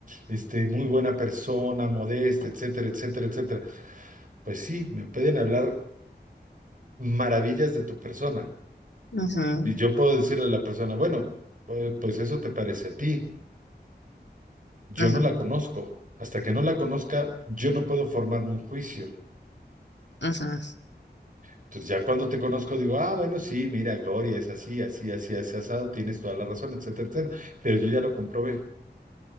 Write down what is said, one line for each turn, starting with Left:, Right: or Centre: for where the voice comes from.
Right: este, muy buena persona, modesta, etcétera, etcétera, etcétera. Pues sí, me pueden hablar maravillas de tu persona.
Left: Ujú,
Right: Y yo puedo decirle a la persona, bueno, pues pues eso te parece a ti. Yo
Left: ujú,
Right: no la conozco. Hasta que no la conozca, yo no puedo formarme un juicio.
Left: ujú,
Right: Entonces ya cuando te conozco digo, ah, bueno, sí, mira, Gloria, es así, así, así, así, asado, tienes toda la razón, etcétera, etcétera. Pero yo ya lo comprobé,